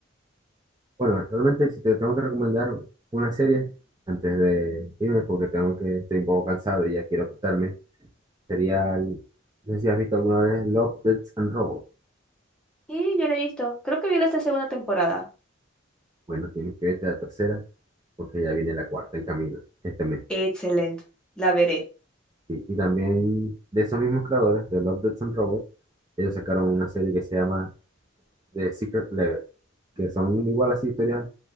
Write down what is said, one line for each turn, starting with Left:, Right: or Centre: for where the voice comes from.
Right: Bueno, realmente si te tengo que recomendar una serie antes de irme porque tengo que estoy un poco cansado y ya quiero acostarme, sería, el- no sé si has visto alguna vez Love, Death and Robots.
Centre: Y yo la he visto, creo que vi la esta segunda temporada.
Right: Bueno, tienes que verte la tercera porque ya viene la cuarta en camino este mes.
Centre: Excelente, la veré.
Right: Y, y también de esos mismos creadores de Love, Death and Robots, ellos sacaron una serie que se llama The Secret Level, que son igual así historias,